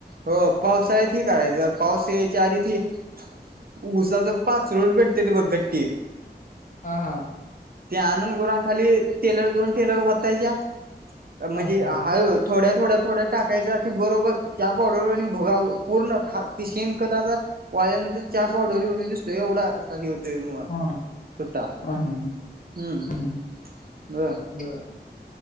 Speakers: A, on the right; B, on the left.
A: हो पावसाळ्यात ही करायचं पाऊस यायच्या आधी ती उसाच पाचळो भेटत्यात बघ गट्टी.
B: हा हा!
A: ते आणून गुरांखाली टेलर दोन टेलर वतायच्या म्हणजे
B: हा हा
A: हळू थोड्या थोड्या थोड्या टाकायचा ते बरोबर चहा पावडर वाणी भोगाव पूर्ण खा शेण खताचा वाळल्यानंतर चहा पावडरी वाणी दिसतोय एवढा एकाकी होतोय म
B: हां,
A: सुट्टा
B: हां, हां, हां,
A: हम्म!
B: हां.
A: ब
B: बरं.